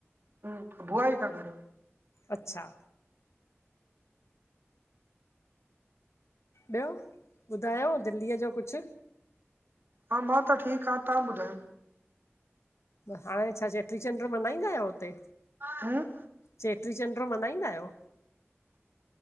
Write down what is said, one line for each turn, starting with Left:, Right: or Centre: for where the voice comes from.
Right: हम बुआई तां घर
Left: अच्छा ॿयो ॿुधायो दिल्लीअ जो कुछ?
Right: हा मां त ठीक आ तव्हां ॿुधायो?
Left: हाणे छा चेटीचंड मल्हाईंदा आहियो हुते?
Right: हम
Left: चेटी चंड मनहाईंदा आयो?